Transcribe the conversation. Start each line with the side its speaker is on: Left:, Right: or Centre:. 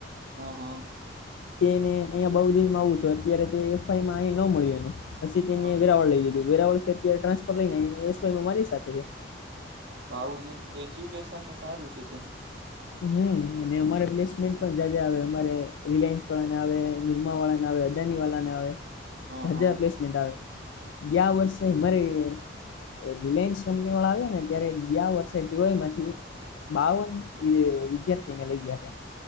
Right: હ હા.
Left: તેને અહીંયા બઉુ દિનમાં આવું હત અત્યારે તે એફઆઈમાં અહી ન મળ્યું એને. પછી તેને
Right: હા
Left: વેરાવળ લઈ લીધું વેરાવળ થી અત્યારે ટ્રાન્સફર લઈને એસ વાયમાં મારી સાથે છે.
Right: ભઉજન એજ્યુકેશન ને સારું છે તેનું.
Left: હમમ અને અમારે પ્લેસમેન્ટ પણ જાજા આવે અમારે રિલાયન્સ વાળા ના આવે, નિરમા વાળા ના આવે. ડેની વાલા ને આવે.
Right: હા
Left: જાજા
Right: હા
Left: પલેસમેન્ટ આવે ગયા
Right: એવું
Left: વર્ષે અમારે અ રિલાયન્સ કંપની વાળા આવ્યા ને ત્યારે ગિયા વર્ષે ટીવાય માંથી બાવન વી વિદ્યાર્થીને લઈ ગયા તા